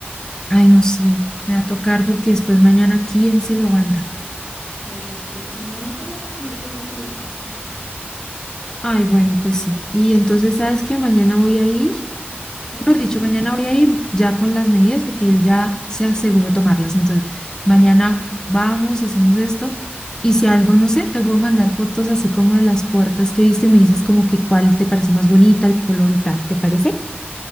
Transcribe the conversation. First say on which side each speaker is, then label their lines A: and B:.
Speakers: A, on the left (about 15°); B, on the left (about 75°).
A: Ay, no, sí, me va a tocar porque después mañana, ¿quién se lo aguanta?
B: Ah, sí. Y mejor que salgan de eso rápido, ¿para qué?
A: Ay, bueno, pues sí. Y entonces, ¿sabes qué? Mañana voy a ir,
B: Ujú.
A: por dicho, mañana voy a ir ya con las medidas porque él ya se aseguró de tomarlas. Entonces, mañana vamos, hacemos esto. Y si algo, no sé, te puedo mandar fotos así como de las puertas que he visto y me dices como que cuál te parece más bonita, el color y tal, ¿te parece?